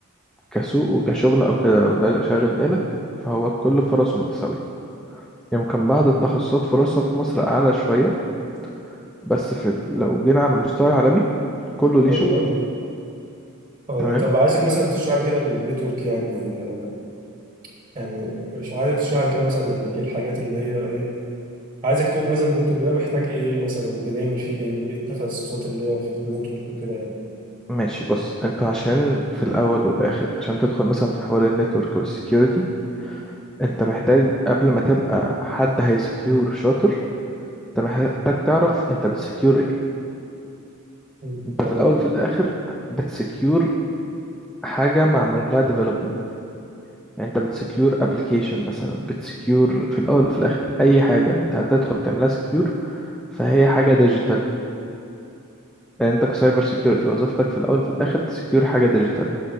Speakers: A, in the centre; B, on the right.
A: كسوق وكشغل أو كده لو ده شاغل بالك فهو كل فرصه متساوية يمكن بعض التخصصات فرصها في مصر أعلى شوية بس في لو جينا على مستوى عالمي كله ليه
B: أيوه
A: شغل
B: أه
A: تمام
B: يعني طب عايزك مثلا تشرح لي كده النتورك يعني آه، يعني مش عايزك تشرح لي كده مثلا يعني إيه الحاجات اللي هي إيه عايزك تقول لي مثلا النتورك ده محتاج ايه مثلا بنعمل فيه ايه ايه التخصصات اللي هي في النتورك وكده يعني
A: ماشي بص انت عشان في الاول والاخر عشان تدخل مثلا في حوار النتورك والسكيورتي انت محتاج قبل ما تبقى حد هيسكيور شاطر انت محتاج تعرف انت بتسكيور ايه
B: مم.
A: انت
B: تمام
A: في الاول وفي الاخر بتسكيور حاجه معمول لها ديفلوبمنت يعني انت بتسكيور ابلكيشن مثلا بتسكيور في الاول وفي الاخر اي حاجه انت هتدخل تعملها سكيور فهي حاجه ديجيتال يعني انت كسايبر سكيورتي وظيفتك في الاول وفي الاخر تسكيور حاجه ديجيتال